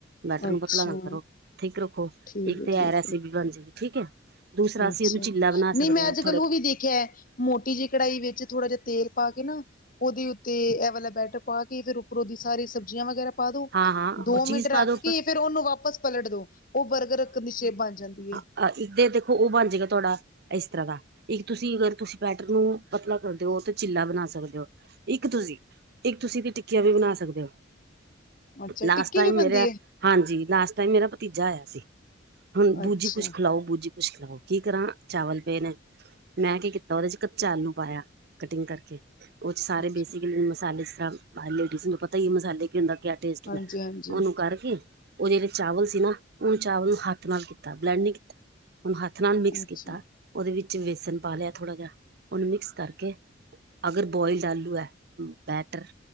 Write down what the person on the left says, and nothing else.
ਅੱਛਾ
ਠੀਕ
ਐ
ਠੀਕ
ਐ।
ਅੱਛਾ।
ਨਹੀਂ
ਮੈਂ
ਅੱਜ
ਕੱਲ ਉਹ ਵੀ ਦੇਖਿਆ। ਮੋਟੀ ਜਿਹੀ ਕੜਾਹੀ ਵਿੱਚ ਥੋੜ੍ਹਾ ਜਹਾ ਤੇਲ ਪਾ ਕੇ ਨਾ ਉਹਦੇ ਉੱਤੇ ਇਹ ਵਾਲਾ ਬੈਟਰ ਪਾ ਕੇ ਫੇਰ ਉੱਪਰੋਂ ਦੀ ਸਾਰੇ ਸਬਜ਼ੀਆਂ ਵਗੈਰਾ ਪਾ ਦੋ
ਦੋ
ਮਿੰਟ ਰੱਖ
ਕੇ ਫੇਰ ਉਹਨੂੰ ਵਾਪਸ ਪਲਟ ਦੋ ਉਹ ਬਰਗਰ ਇੱਕ ਦੀ ਸ਼ੇਪ ਬਣ ਜਾਂਦੀ।
ਅੱਛਾ
ਟਿੱਕੀ
ਵੀ ਬਣਦੀ
ਹੈ
ਅੱਛਾ
ਅੱਛਾ
ਹਾਂਜੀ ਹਾਂਜੀ
ਅੱਛਾ